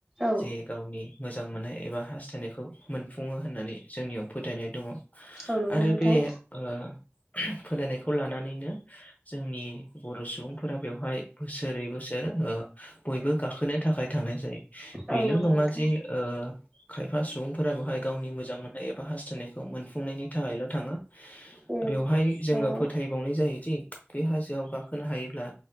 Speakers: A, on the right; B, on the left.
A: औ
B: जे गावनि मोजां मोननाय एबा हास्थायनायखौ मोनफुङो होननानै जोंनियाव फोथायनाय दङ।
A: औ नंगौ
B: आरो
A: नोंथां
B: बे ओ फोथायनायखौ लानानैनो जोंनि बर' सुबुंफोरा बेवहाय बोसोरै बोसोर ओ बयबो गाखोनो थाखाय थांनाय जायो बेल'
A: औ नंगौ
B: नङा
A: नोंथां
B: जे ओ खायफा सुबुंफोरा बेहाय गावनि मोजां मोननाय एबा हास्थायनायखौ मोनफुंनायनि थाखायल' थाङा
A: उम
B: बेवहाय जोङो
A: नंगौ
B: फोथायबावनाय जायोदि बे हाजोआव गाखोनो हायोब्ला